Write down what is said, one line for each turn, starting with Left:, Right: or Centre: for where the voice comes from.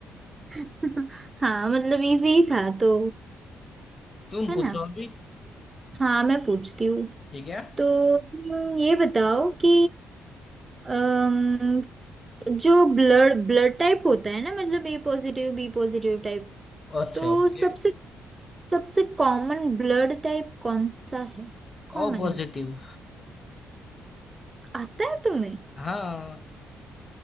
Right: <laughs> हाँ मतलब इजी ही था तो
Left: तुम
Right: है
Left: पूछो
Right: ना
Left: अभी
Right: हाँ मैं पूछती हूँ
Left: ठीक है
Right: तो तुम ये बताओ कि अम, जो ब्लड ब्लड टाइप होता है ना मतलब A positive B positive type
Left: अच्छा
Right: तो
Left: ओके
Right: सबसे सबसे कॉमन ब्लड टाइप कौन सा है कॉमन
Left: ओ पॉजिटिव
Right: आता है तुम्हें
Left: हाँ